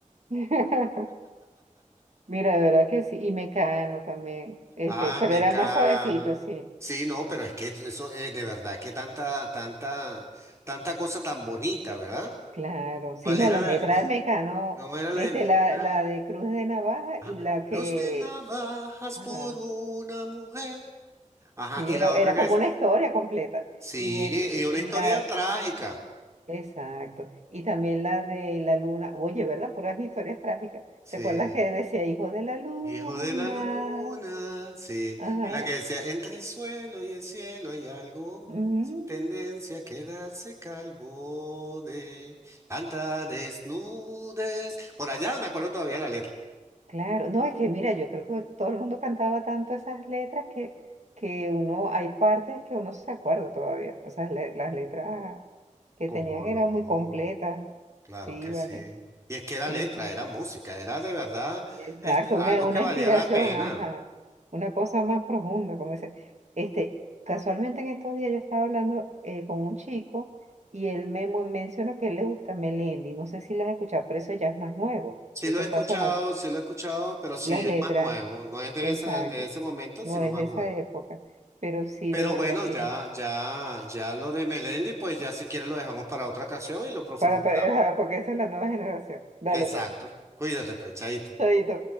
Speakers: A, on the right; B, on the right.
A: <laughs> Mira, de verdad que sí, y Mecano también, este,
B: ah,
A: pero
B: mecano,
A: era más suavecito, sí.
B: sí, no, pero es que eso es de verdad, que tanta, tanta, tanta cosa tan bonita, ¿verdad?
A: Claro, sí,
B: ¿Cuál
A: no,
B: era
A: las
B: la,
A: letras
B: de-
A: de Mecano,
B: cómo era la
A: este,
B: de mecano?
A: la, la de Cruz de Navaja
B: Ajá.
A: y la que,
B: Cruz de navajas
A: ajá,
B: por una mujer. Ajá,
A: sí,
B: y
A: era,
B: la
A: era
B: otra que
A: como
B: es.
A: una historia completa.
B: Sí,
A: Y, el, y,
B: y una
A: y
B: historia
A: la,
B: trágica.
A: Exacto. Y también la de la luna. Oye, ¿verdad? Puras historias trágicas.
B: Sí.
A: ¿Te acuerdas que decía hijo de la luna?
B: Hijo de la luna. Sí.
A: Ajá.
B: Y la que decía, entre el suelo y el cielo hay algo.
A: Ujú.
B: Sin tendencia a quedarse calvo de tanta desnudez. Por allá me acuerdo todavía la letra.
A: Claro. No, es que mira, yo creo que todo el mundo cantaba tanto esas letras que, que uno, hay partes que uno se acuerda todavía. O sea, le- las letras que
B: ¿Cómo
A: tenían eran
B: no?
A: muy completas.
B: Claro
A: Sí,
B: que
A: vale.
B: sí. Y es que era
A: Sí,
B: letra,
A: sí.
B: era música, era de verdad
A: Exacto,
B: este, algo
A: una, una
B: que valía
A: inspiración,
B: la pena.
A: ajá, una cosa más profunda, como dice. Este, casualmente en estos días yo estaba hablando eh, con un chico y él me mo- mencionó que a él le gusta Melendi, no sé si las has escuchado, pero eso ya es más nuevo,
B: Sí
A: eso
B: lo he
A: está
B: escuchado,
A: sonando,
B: sí lo he escuchado, pero sí
A: las
B: es
A: letras,
B: más nuevo, no es de
A: exacto,
B: esa, de ese momento,
A: no
B: sino
A: es
B: más
A: de
B: nuevo.
A: esa época, pero sí
B: Pero
A: de verdad
B: bueno,
A: que,
B: ya, ya, ya lo de Melendi, pues ya si quieres lo dejamos para otra ocasión y lo profundizamos.
A: para, para- ajá, porque esa es la nueva generación. Dale
B: Exacto.
A: pues,
B: Cuídate, pues, chaito.
A: chaito.